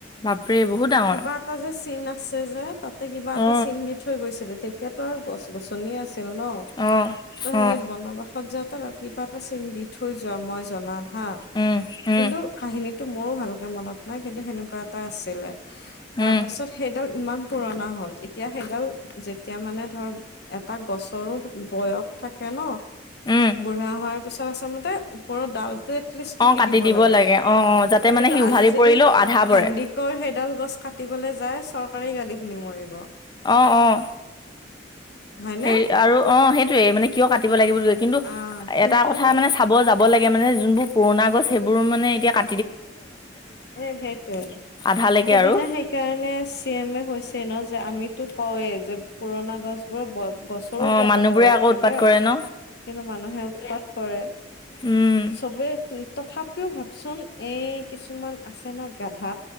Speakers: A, on the left; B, on the left.
A: বাপৰে বহুত ডাঙৰ
B: কিবা এটা যে চন আছে যে তাতে কিবা এটা
A: অ
B: চিন বি থৈ গৈছিলে তেতিয়া এতিয়াতো আৰু গছ গছনিয়ে আছিল ন
A: অ
B: ত সেইেই
A: অ
B: বনবাসত যে কিতা এটা চিন দি থৈ যোৱা মই জনাত হা
A: উম উম
B: কিন্তু কাহিনীটো মোৰ ভালকে মনত নাই কিন্তু সেনেকুৱা এটা আছিলে তাৰ
A: উম
B: পাছত সেইডাল ইমান পুৰণা হ'ল এতিয়া সেইগাল যেতিয়া মানে ধৰ এটা গছৰো বয়স থাকে ন
A: উম
B: বুঢ়া হোৱাৰ পিছত আচলতে ওপৰৰত ডালটোত ইষ্টটো
A: অ
B: কি
A: কাটি
B: দিব লাগে।
A: অ অ যাতে মানে
B: কিন্তু
A: সি
B: আজি
A: উভালি
B: যদি
A: পৰিলেও আধা পৰে
B: হেনদিৰক হেইদাল গছ কাটি। যাই চৰকাৰে গালি শুনি মৰিব।
A: অ', অ',
B: হয়নে
A: হেৰি আৰু অ সেইটোয়ে মানে কিয় কাটিব লাগেনো। কিন্তু
B: অ কিন্তু
A: এটা কথা মানে চাব যাব কাটিব লাগে জোনবোৰ পূৰণা গছ সেই বোৰ মানে কা।
B: এ সেইটোয়ে,
A: আধালৈকে
B: সেইদিনা
A: আৰু
B: সেইকাৰণে চি এম এ কৈছে। ন যে আমিতো কওঁয়ে যে পুৰণা গছ বোৰে ব গছৰতো
A: অঁ
B: এটা
A: মানুহবোৰে
B: বয়স
A: আকৌ
B: থাকে
A: উৎপাত কৰে ন
B: কিন্তু মানুহে উৎপাত কৰে।
A: উম
B: চবে তথাপিও ভাগ চোন এই কিছুমান আছে ন গাধা